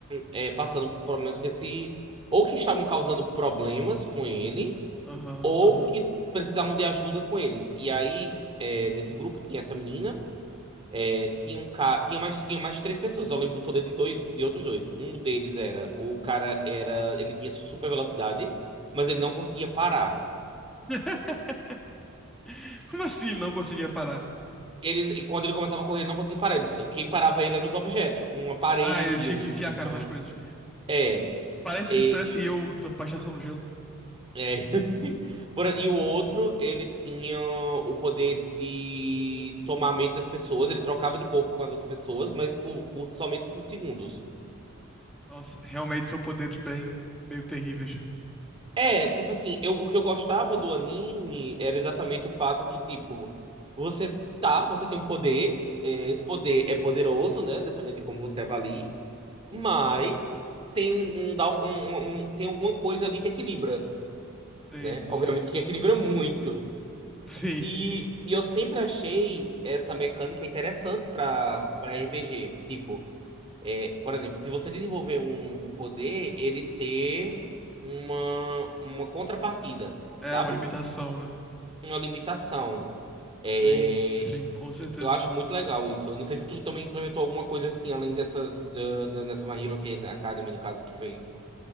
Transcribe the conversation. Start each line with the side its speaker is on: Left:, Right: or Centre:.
Right: é, passando por problemas com esse. Ou que estavam causando problemas com ele,
Centre: Aham,
Right: ou
Centre: aham.
Right: que precisavam de ajuda com eles. E aí, é, nesse grupo tinha essa menina. É, tinha um cara, tinha mais, tinha mais três pessoas. Eu lembro do poder de dois, de outros dois. Um deles era, o cara era, ele tinha super velocidade, mas ele não conseguia parar.
Centre: <laughs> <laughs> Como assim não conseguia parar?
Right: Ele, e quando ele começava a correr, ele não conseguia parar. Ele, só- quem parava ele eram os objetos, tipo uma parede,
Centre: Ah, ele tinha
Right: uma,
Centre: que enfiar a cara nas coisas.
Right: é, é,
Centre: Parece,
Right: e,
Centre: parece
Right: o-
Centre: eu da patinação no gelo.
Right: é. <laughs> Por- e o outro, ele tinha o poder de tomar a mente das pessoas. Ele trocava de corpo com as outras pessoas, mas por, por somente cinco segundos.
Centre: Nossa, realmente são poderes bem, meio terríveis.
Right: É, tipo assim, eu, o que eu gostava do anime era exatamente o fato que, tipo, você tá, você tem um poder, é, esse poder é poderoso, né? Dependendo de como você avalie, mas tem um, um, dá um- um- um- um, tem alguma coisa ali que equilibra,
Centre: Sim,
Right: né?
Centre: sim.
Right: Obviamente que
Centre: <laughs>
Right: equilibra muito.
Centre: Sim.
Right: E, e eu sempre achei essa mecânica interessante pra, pra RPG. Tipo, é, por exemplo, se você desenvolver um, um poder, ele ter uma, uma contrapartida,
Centre: É
Right: sabe?
Centre: uma limitação, né?
Right: Uma limitação. É,
Centre: Sim, sim,
Right: e
Centre: com certeza.
Right: eu acho muito legal isso. Eu não sei se tu também implementou alguma coisa assim, além dessas, ah, na- nessa My Hero Academy, no caso, que tu fez.